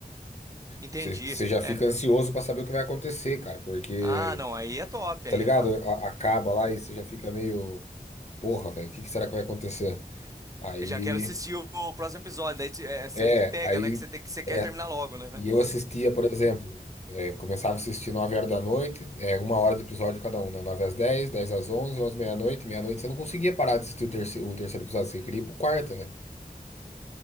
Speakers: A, on the right; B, on the left.
A: Entendi.
B: Você, você já fica
A: É.
B: ansioso pra saber o que vai acontecer, cara, porque,
A: Ah, não. Aí é top,
B: tá
A: aí
B: ligado?
A: é top.
B: A- acaba lá e você já fica meio, porra, velho, o que que será que vai acontecer? Aí,
A: Já quero assistir o, o próximo episódio. Daí te- é série
B: é,
A: que pega,
B: aí,
A: né? Que você tem, que você quer
B: é.
A: terminar logo, né?
B: E eu assistia, por exemplo, é, começava a assistir 9 horas da noite, é, uma hora de episódio cada um, né? 9 às 10, 10 às 11, 11 à meia-noite, meia-noite você não conseguia parar de assistir o terceiro, o terceiro episódio, você queria ir pro quarto,